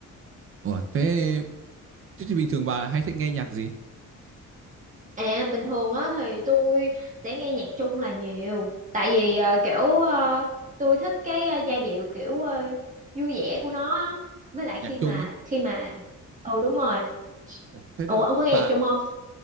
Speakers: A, on the right; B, on the right.
A: Ủa, thế, thế thì bình thường bà hay thích nghe nhạc gì?
B: À bình thường á thì tôi sẽ nghe nhạc Trung là nhiều tại vì ờ, kiểu ờ, tôi thích cái ờ, giai điệu kiểu ờ, vui vẻ của nó á. Với lại khi
A: Nhạc
B: mà
A: Trung á?
B: khi mà ừ đúng rồi
A: Ủa, thế
B: Ủa
A: là
B: ông có nghe
A: bà
B: nhạc Trung không?